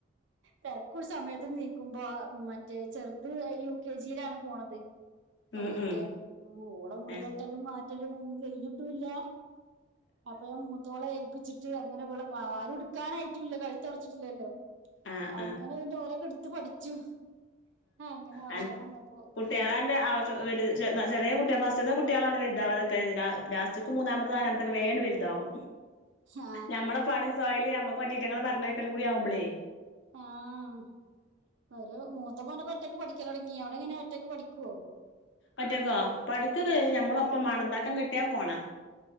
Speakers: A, on the right (about 75°); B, on the left (about 75°).
A: തെരകുടിച്ചേ സമയത്ത നീ- ക്കുമ്പോ മറ്റേ ചെറുത് യു കെ ജി യിലാണ് പോണത്. പെൺകുട്ടിയാണ്
B: ഉം ഉം
A: ഓള മുടികെട്ടലും
B: ഏഹ്
A: മാറ്റലും ഒന്നും കഴിഞ്ഞിട്ടുല്ല. അപ്പ മൂത്തോള ആ..... ഉപ്പിച്ചിട്ട് അങ്ങനെ പോ ആരുംടുക്കാനായിട്ട ഇല്ല കഴുത്തുറച്ചിട്ടില്ലല്ലോ.......
B: ആഹ്
A: അങ്ങനെ അന്ന ഓരൊക്കെ എടുത്ത് പഠിച്ചു....... ആ, അങ്ങനെ ആവശ്യം
B: ആ
A: വന്നപ്പോ
B: കുട്ടിയാണ്ന്റെ.. വലു ചെറിയ കുട്ടിയ ഫസ്ത്തെ കുട്ടികളാണ് വലുതാവും അതെ ലാസ്റ്റിക്ക് മൂന്നാമത്തെ നാലാമത്തൊക്കെ വേണ്ട വലുതാവും.....
A: ആ
B: ഞമ്മള പണി സോയല് ഞമ്മക്ക് മറ്റേറ്റങ്ങൾ പറഞ്ഞേക്കലും കൂടി ആവുമ്പളേ.....
A: ആഹ ഒരു മൂത്ത പോ..... ഒറ്റക്ക് പഠിക്കാടങ്ങിയ അവിടെ ഇങ്ങനെ ഒറ്റയ്ക്ക് പഠിക്കുവോ......
B: ഒറ്റക്കോ പഠിക്കക്കെ
A: ഉം.
B: ഞമ്മളൊപ്പം മണന്താക്കം കിട്ടിയാൻ പോണ....